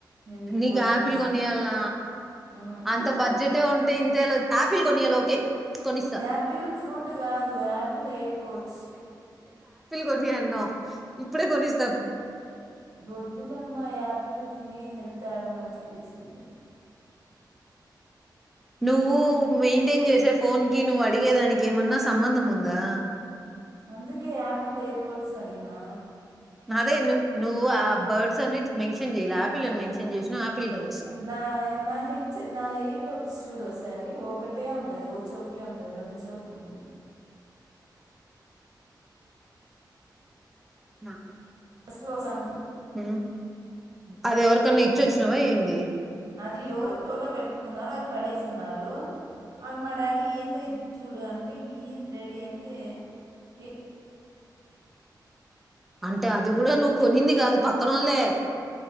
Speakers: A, on the right; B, in the centre.
A: నేను
B: నీకు
A: బోట్
B: యాపిల్
A: కొనిస్తా
B: కొనియాన్ల
A: ఉమ్.
B: అంత బడ్జెటే ఉంటే ఇంతేలా వ ఆపిల్ కొన్నియల ఓకే కొనిస్తా
A: యాపిల్ ఫ్రూట్ గా. యాపిల్ ఎయిర్పోర్ట్స్
B: కొనీ ఆన్నాం ఇప్పుడే కొన్నిస్తా
A: వద్దులేమ్మా యాపిల్ తిని హెల్త్ తేడ మంచిగ జేసుకుండేది
B: నువ్వు మెయింటైన్ జేసే ఫోన్ కి నువ్వు అడిగేదానికి ఏమన్నా సంబంధం ఉందా
A: అందుకే ఆపిిల్ ఏర్పోట్స్ అడిగినా
B: అదే నువ్ నువ్వు ఆ బర్డ్స్ అని మెన్షన్ చెయి ఆపిల్ని మెన్షన్ చేసినావు ఆపిల్ కొనిస్తా
A: నా నా హెచ్ నా ఎయిట్ డబ్బుస్ చూడ ఒకసారి ఒకటే ఉంటది ఓ చౌకే ఉంటు రెండు చెవులిక్ ఉంది
B: అ
A: ఫస్ లోసన్
B: ఉ అది ఎవరికన్నా ఇచ్చి వచ్చినవా ఏంది
A: అది ఎవరు తోలో పెట్టుకున్నారు అది పడేసి ఉన్నారు అది మా డాడీ ఏందో ఇది చూడు అంట అంటే ఏంది డాడీ అంటే "ఏ
B: అంటే అది కూడా నువ్వు కొన్నింది కాదు పక్కనళ్లే